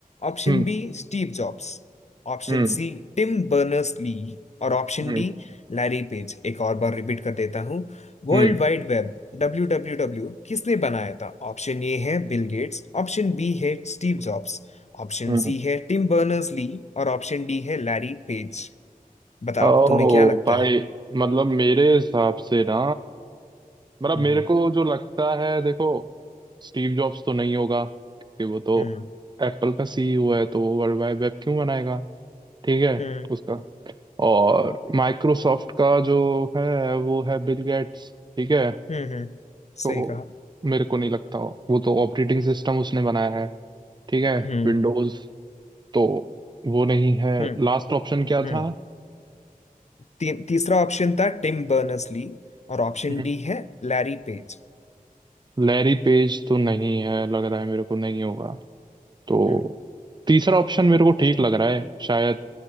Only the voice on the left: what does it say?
option
B Steve Jobs option
C Tim Berners Lee और ऑप्शन
डी लैरी पेज एक और बार रिपीट कर देता हूँ World
wide web W W W किसने बनाया था ऑप्शन ए है बिल गेट्स ऑप्शन बी है स्टीव जॉब्स ऑप्शन
सी है टिम बर्नर्स ली और ऑप्शन डी है लैरी पेज बताओ
तुम्हें क्या लगता
है
हम्म
हम्म
हम्म
हम्म हम्म
सही कहा
हम्म
हम्म
हम्म
ती, तीसरा ऑप्शन था टिम बर्नर्स ली और ऑप्शन
डी है लैरी पेज
हम्म